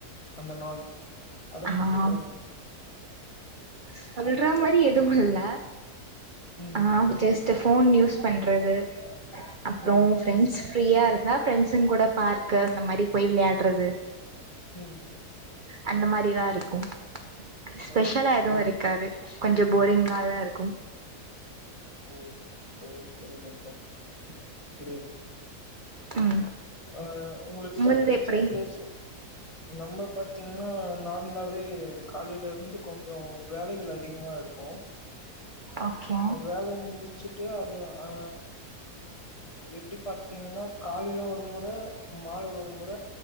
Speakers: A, on the left; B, on the right.
A: அந்த நாள்
B: ஆ
A: பத்தி சொல்லுங்களே
B: சொல்றா மாரி எதுவு இல்ல
A: ம்
B: ஆ ஜஸ்ட்டு ஃபோன் யூஸ் பண்றது அப்றோ
A: ம்
B: ஃப்ரெண்ட்ஸ் ஃப்ரீயா இருந்தா ஃப்ரெண்ட்ஸ்சுங் கூட பார்க்கு அந்த மாரி போய் விளையாட்றது
A: ம்
B: அந்த மாரிதா இருக்கும் ஸ்பெஷலா
A: ஓ
B: எது இருக் க்காது கொஞ்சம் போரிங்காதா இருக்கும்
A: ஓ செரி செரி நக்கம் புரிது
B: ம்
A: அ உங்ளுக்கு
B: உங்கள்து
A: புடிச்ச
B: எப்டி
A: பிளேஸ்சு நம்ம பாத்திங்னா நார்மலாவே காலைலருந்து கொஞ்சோ வேலைகள் அதிகமா இருக்கு
B: ஓகே
A: ஒரு வேலய முடிச்சுட்டு அது அ எப்டி பாத்தீங்னா காலைல ஒரு முற மாலை ஒரு முற